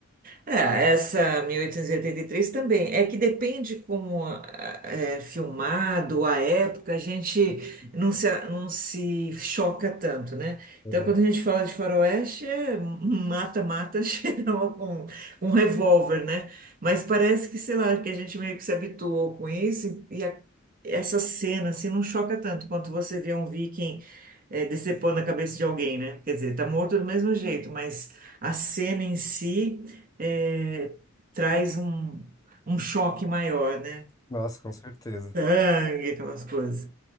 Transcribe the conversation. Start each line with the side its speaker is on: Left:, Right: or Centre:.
Right: É, essa mil oitocentos e e oitenta e três também. É que depende como ah, é filmado, a época, a gente não se, não se choca tanto, né?
Left: Uhum.
Right: Então, quando a gente fala de faroeste, é mata-mata <laughs> geral com, com um revólver, né? Mas parece que, sei lá, que a gente meio que se habituou com isso e a- essa cena, assim, não choca tanto quanto você vê um viking eh, decepando a cabeça de alguém, né? Quer dizer, tá morto do mesmo jeito, mas a cena em si é, traz um, um choque maior, né?
Left: Nossa, com certeza.
Right: Sangue, aquelas coisas.